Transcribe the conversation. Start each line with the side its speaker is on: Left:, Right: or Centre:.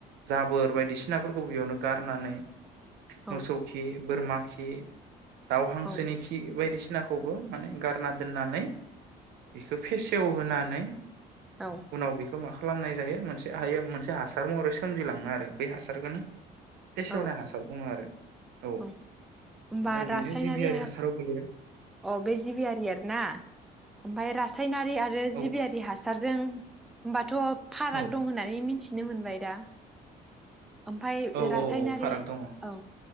Right: जाबोर बायदिसिनाफोरखौ बेयावनो गारनानै।
Centre: औ
Right: मोसौखि बोरमा। से। दाउ हांसोनि
Centre: ओं
Right: खि बायदिसि नाखौबो माने गारना दोननानै बेखौ फेसेवहोना नै
Centre: औ
Right: उनाव बेखौ मा खालामनाय जायो मोनसे हायो मोनसे हासार महरै सोमजिलाङो आरो बै हासारखोनो फेसेवनाय
Centre: औ
Right: हासार बुङो आरो।
Centre: औ होमबा
Right: ओमफ्राय बेनो
Centre: रासायनारि
Right: जिबियारि
Centre: हा,
Right: हासाराव गोलैबाय
Centre: अ बे जिबियारियारि ओमफाय रासायनारि आरो
Right: औ
Centre: जिबियारि हासारजों <unintelligible> थ' फाराग
Right: औ
Centre: दं होननानै मिथि नो मोनबाय दा। ओमफाय
Right: औ
Centre: रासायनारि
Right: औ औ फाराग दङ
Centre: औ।